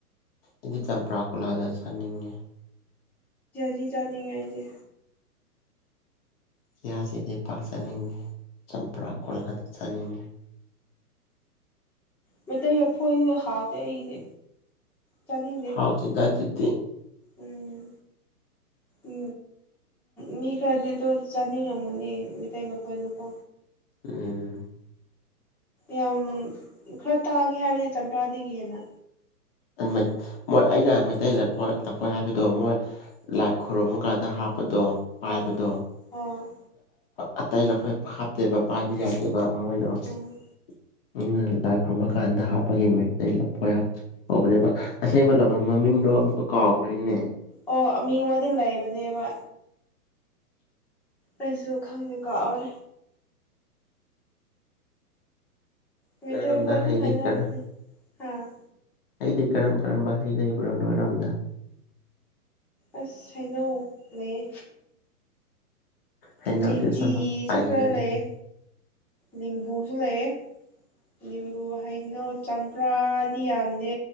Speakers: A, on the left; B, in the centre.
A: ꯏꯗꯤ ꯆ ꯄ꯭ꯔꯥꯀꯣꯂꯗ ꯆꯥꯅꯤꯡꯦ
B: ꯖꯤ ꯆꯥꯅꯤꯡꯉꯦ ꯑꯩꯗꯤꯦ
A: ꯏꯍꯁꯤꯗꯤ ꯄꯥꯛ ꯆꯥꯅꯤꯡꯉꯤ ꯆꯝꯄ꯭ꯔꯥ ꯀꯣꯜꯍꯥ ꯑꯗꯨ ꯆꯥꯅꯤꯡꯉꯤ
B: ꯃꯩꯇꯩ ꯂ ꯐꯣꯏ ꯍꯥꯎꯗꯦ ꯑꯩꯗꯤ ꯆꯅꯤꯡꯗꯦ
A: ꯍꯥꯎꯇꯦꯗ
B: ꯎ
A: ꯑꯗꯨꯗꯤ
B: ꯎꯝ ꯎ ꯃꯤ ꯈꯔꯗꯤ ꯑꯗꯨ ꯆꯥꯅꯤꯡꯉꯝꯒꯅꯤ ꯃꯤꯇꯩ ꯂꯐꯣꯏꯗꯨꯀꯣ
A: ꯎꯝ
B: ꯌꯥꯝ ꯈꯔ ꯇꯥꯒꯦ ꯍꯥꯏꯕꯅꯦ ꯆꯝꯄ꯭ꯔꯥꯗꯒꯤ ꯍꯦꯟꯅ
A: ꯑꯃꯦ ꯃꯣꯏ ꯑꯩꯅ ꯃꯩꯇꯩ ꯂꯐꯣꯏ ꯂꯐꯣꯏ ꯍꯥꯏꯕꯗꯣ ꯃꯣꯏ ꯂꯥꯏ ꯈꯨꯔꯨꯝꯃ ꯀꯥꯟꯗ ꯍꯥꯞ ꯗꯣ ꯄꯥꯏꯕꯗꯣ
B: ꯑꯣ ꯑꯣ
A: ꯑꯇꯩ ꯅꯈꯣꯏ ꯍꯥꯞꯇꯦꯕ ꯄꯥꯏꯕ ꯌꯥꯗꯦꯕ ꯃꯣꯏ ꯂ <unintelligible>
B: ꯎꯝ
A: ꯂꯥꯏ ꯈꯨꯔꯨꯝꯕ ꯀꯥꯟꯗ ꯍꯥꯞꯄꯒꯤ ꯃꯩꯇꯩ ꯂꯥꯐꯣꯏ ꯍꯥꯄ ꯍꯧꯕꯅꯦꯕ ꯑꯁꯦꯡꯕ ꯂꯝ ꯃꯃꯤꯡꯗꯣ ꯑꯃꯨꯛꯀ ꯀꯥꯎꯈ꯭ꯔꯦꯅꯦ
B: ꯑꯣ ꯃꯤ ꯑꯃꯗꯤ ꯂꯩꯕꯅꯦꯕ ꯑꯩꯩꯁꯨ ꯈꯪꯗꯦ ꯀꯥꯎꯔꯦ ꯃꯩꯇꯩ
A: ꯅꯣꯏꯔꯣꯝꯗ
B: ꯂꯐꯣꯏ ꯑꯗꯨꯝ
A: ꯍꯥꯏꯗꯤ
B: ꯍꯥꯏꯅꯕꯅꯦ
A: ꯀꯔꯥ
B: ꯑꯥ
A: ꯑꯩꯗꯤ ꯀꯔꯝ ꯀꯔꯝꯕ ꯍꯩ ꯂꯩꯕ꯭ꯔꯣ ꯅꯣꯏꯔꯣꯝꯗ
B: ꯑꯁ ꯍꯩꯅꯧ ꯂꯩꯌꯦ
A: ꯍꯩꯅꯧꯗꯤ
B: ꯂꯤꯆꯤꯁꯨ
A: ꯁꯣꯝꯗ ꯄꯩꯔꯦ
B: ꯈꯔ ꯂꯩꯌꯦ ꯂꯤꯝꯕꯨꯖꯨ ꯂꯩꯌꯦ ꯂꯤꯝꯕꯨ ꯍꯩꯅꯧ ꯆꯝꯄ꯭ꯔꯥꯗꯤ ꯌꯥꯝꯗꯦ